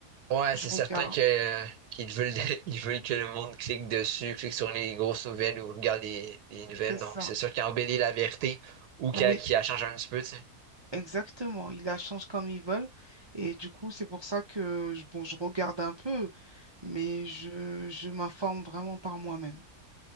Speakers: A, on the right; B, on the right.
A: Ouais,
B: Je
A: c'est
B: regarde,
A: certain que euh, qu'ils veulent, <laughs> ils veulent que le monde clique dessus, clique sur les grosses nouvelles ou regarde les, les nouvelles.
B: c'est
A: Donc,
B: ça.
A: c'est sûr qu'ils embellit la vérité ou qu'il
B: Oui,
A: a, qu'il a changé un petit peu, tu sais.
B: exactement. Ils la changent comme ils veulent. Et du coup, c'est pour ça que, je- bon, je regarde un peu, mais je, je m'informe vraiment par moi-même.